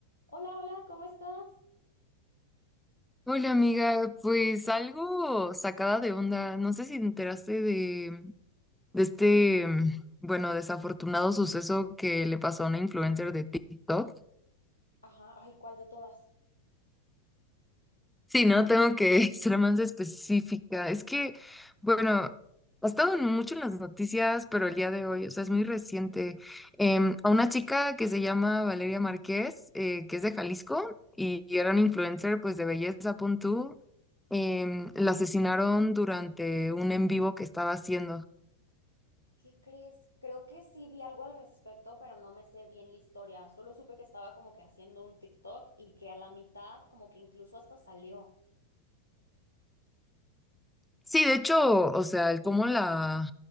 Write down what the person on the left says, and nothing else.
Hola, hola, ¿cómo estás?
Ajá, ay, ¿cuál de todas?
¿Qué crees? Creo que sí vi algo al respecto, pero no me sé bien la historia. Solo supe que estaba como que haciendo un TikTok y que a la mitad como que incluso hasta salió.